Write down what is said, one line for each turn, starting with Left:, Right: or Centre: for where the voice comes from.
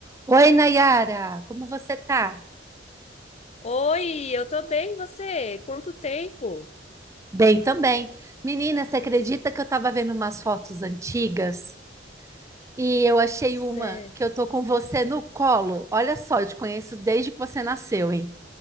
Right: Oi, Nayara, como você tá?
Left: Oi, eu tô bem, e você? Quanto tempo?
Right: Bem também. Menina, você acredita que eu tava vendo umas fotos antigas e eu achei uma
Left: Sé-
Right: que eu tô com você no colo? Olha só, eu te conheço desde que você nasceu, hein?